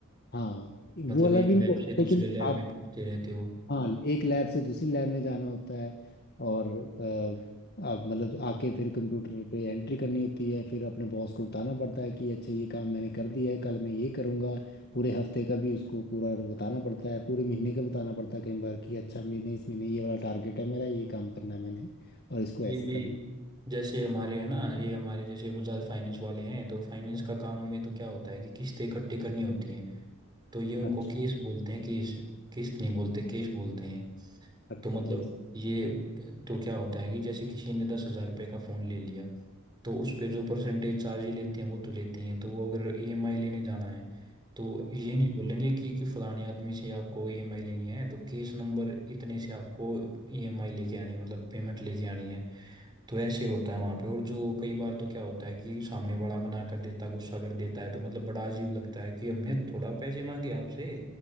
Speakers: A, on the left; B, on the right.
A: हाँ
B: मतलब
A: वो वाला
B: एक
A: भी
B: लैब
A: नहीं होता
B: से दूसरे
A: लेकिन
B: लैब
A: आप
B: में पहुंचते रहते हो
A: हाँ एक लैब से दूसरी लैब में जाना होता है और अ, आप मतलब आके फिर कंप्यूटर पे एंट्री करनी होती है फिर अपने बॉस को बताना पड़ता है कि अच्छा ये काम मैंने कर दिया है कल मैं ये करूँगा पूरे हफ्ते का भी उसको पूरा बताना पड़ता है पूरे महीने का बताना पड़ता है कई बार कि अच्छा महीने इस महीने ये वाला टारगेट है मेरा ये काम करना है मैंने और इसको
B: ये
A: ऐसे
B: भी
A: करना
B: जैसे हमारे है ना ये हमारे जैसे बजाज फाइनेंस वाले हैं तो फाइनेंस का काम में तो क्या होता है कि किस्तें इकट्ठी करनी होती हैं तो ये उनको
A: अच्छा
B: केस बोलते हैं केस किस्त नहीं बोलते केस बोलते हैं
A: अच्छा
B: तो मतलब
A: केस
B: ये तो क्या होता है कि जैसे किसी ने दस हजार रुपये का फ़ोन ले लिया तो उस पे जो परसेंटेज चार्ज ही लेते हैं वो तो लेते ही हैं तो वो अगर ईएमआई लेने जाना है तो ये नहीं बोलेंगे कि कि फलाने आदमी से आपको ईएमआई लेनी है तो केस नंबर इतने से आपको ईएमआई लेके आनी है, मतलब पेमेंट लेके आनी है तो ऐसे होता है वहाँ पे और जो कई बार तो क्या होता है कि सामने वाला मना कर देता गुस्सा कर देता है तो मतलब बड़ा अजीब लगता है कि हमने थोड़ा पैसे मांगे आपसे